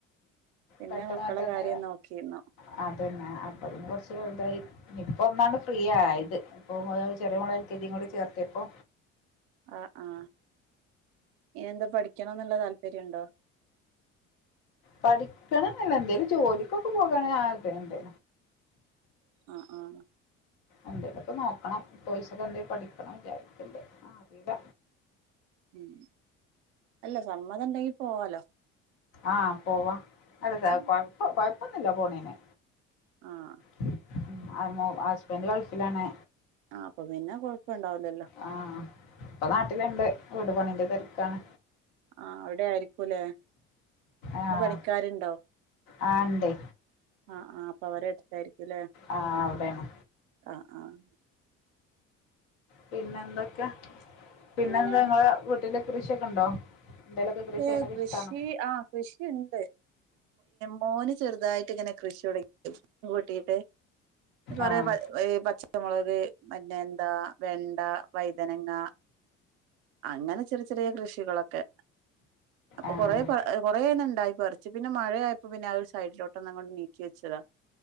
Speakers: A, on the right; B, on the left.
A: പിന്നെ
B: പെട്ടെന്ന്
A: മക്കളെ
B: പറ്റന്ന
A: കാര്യം നോക്കിയിരുന്നോ
B: <unintelligible> അതന്നെ അപ്പതും കുറച്ച് വലുതായി ഇപ്പൊ ഒന്നാണ് ഫ്രീ ആയത് ഇപ്പൊ ചെറിയ മോളെ എൽ കെ ജിയും കൂടി ചേർത്തപ്പൊ
A: ആഹ് ആഹ് ഇനിന്താ പഠിക്കണംന്ന് വല്ല താല്പര്യണ്ടോ
B: പഠിക്കണം എന്നല്ല എന്തേലും ജോലിക്കൊക്കെ പോകാൻ ആഗ്രഹണ്ട്
A: ആഹ് ആഹ്
B: എന്തേലൊക്കെ നോക്കണം കോയ്സക്കെ എന്തേലും പഠിക്കണം വിചാരിക്കണ്ട് ആ അറിയില്ല
A: ഉം അല്ല സമ്മതം ഉണ്ടെങ്കിൽ പോവാലോ
B: ആഹ് പോവാ അല്ല
A: ഉം
B: കൊഴപ്പ കൊഴപ്പൊന്നൂല്ല പോണേന്
A: ആഹ്
B: <unintelligible> ഹസ്ബൻഡ് ഗൾഫിലാണ്
A: ആഹ് അപ്പൊ പിന്നെ കൊഴപ്പണ്ടാവൂലല്ലോ
B: ആഹ് ഇപ്പൊ നാട്ടിലുണ്ട് വീട് പണിന്റെ തിരക്കാണ്
A: ആഹ് അവിടെ ആയിരിക്കൂല്ലേ
B: ആഹ്
A: ഇന്ന് പണിക്കാരുണ്ടോ
B: ആഹ് ഇണ്ടേ
A: ആഹ് ആഹ് അപ്പൊ അവരെട് അതായിരിക്കുംല്ലേ
B: ആഹ് അവിടെയാണ്
A: ആഹ് ആഹ്
B: പിന്നെ എന്തൊക്കെ പിന്നെ
A: എങ്ങനെ
B: എന്താ ങ്ങളെ വീട്ടിലെ കൃശിയൊക്കെ ഉണ്ടോ എന്തേലൊക്കെ കൃഷി
A: ഏയ്
B: ചെയ്യണൊക്കെ
A: കൃഷി
B: ഇഷ്ടാണോ
A: ആഹ് കൃഷിണ്ട് മോന് ചെറുതായിട്ട് ഇങ്ങനെ കൃഷി <unintelligible> കൂട്ടീട്ട്
B: ആഹ്
A: റെ <unintelligible> പ പച ചമുളക് പിന്നെ എന്താ വെണ്ട വൈതനങ്ങ അങ്ങനെ ചെറിയ ചെറിയ കൃഷികളൊക്കെ അപ്പൊ
B: ആഹ്
A: കൊറെ കൊറെന്നെ ഇണ്ടായി റിച്ച് പിന്നെ മഴയപ്പോ പിന്നെ ആ ഒരു സൈഡിലോട്ടൊന്നങ്ങ് നീക്കി വെച്ചതാ